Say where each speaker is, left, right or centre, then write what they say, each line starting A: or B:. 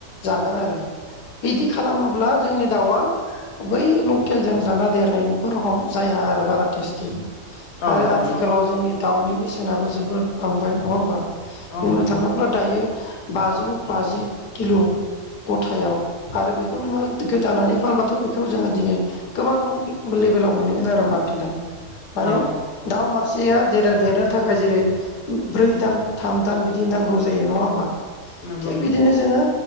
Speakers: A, on the left (about 85°); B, on the left (about 60°).
A: जागोन आरो बिदि खालामोब्ला जोंनि दाउआ बै लकेलजों जाना देरनाय बेफोर रखम जाया आरो बारा टेस्टि आरो
B: औ नंगौ
A: आथिखालाव जोंनि दाउनि बेसेनाबो जोबोर बांबाय नङा होमबा
B: औ
A: बुंनो
B: नंगौ
A: थाङोब्ला दायो बाजौ बाजि किल' गथायाव आरो बेखौ नोङो गोदानानै फानबाथ' बेखौ जोङो दिनै गोबां लेभेलाव मोनहैगोन आरो मार्केटआ माने
B: औ
A: दाव मा सेया देरा देरनो थाखाय जेरै ब्रै दान थाम दान बिदि नांगौ जायो नङा होमबा
B: नंगौ
A: थिग बिदिनो जोङो